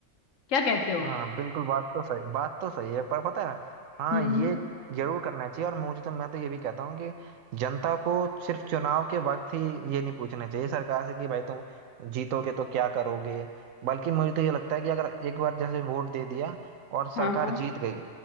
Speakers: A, on the left; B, on the right.
A: क्या कहते हो
B: हाँ बिल्कुल बात तो सही बात तो सही है पर पता है हाँ
A: हम्म
B: ये
A: हम्म।
B: जरूर करना चाहिए और मुझे तो मैं तो ये भी कहता हूँ कि जनता को सिर्फ चुनाव के वक्त ही ये नहीं पूछना चाहिए सरकार से कि भाई तुम जीतोगे तो क्या करोगे बल्कि मुझे तो ये लगता है कि अगर एक बार जैसे वोट दे दिया और सरकार
A: हाँ
B: जीत गई